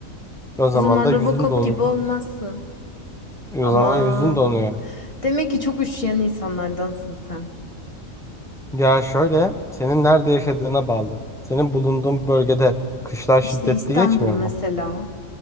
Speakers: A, in the centre; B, on the left.
A: o zaman
B: O zaman
A: da
B: Robocop
A: yüzün donuyor.
B: gibi olmazsın.
A: O
B: Ama
A: zaman yüzün donuyor.
B: demek ki çok üşüyen insanlardansın sen.
A: Ya şöyle senin nerede yaşadığına bağlı. Senin bulunduğun bölgede kışlar
B: İşte
A: şiddetli
B: İstanbul
A: geçmiyor
B: mesela
A: mu?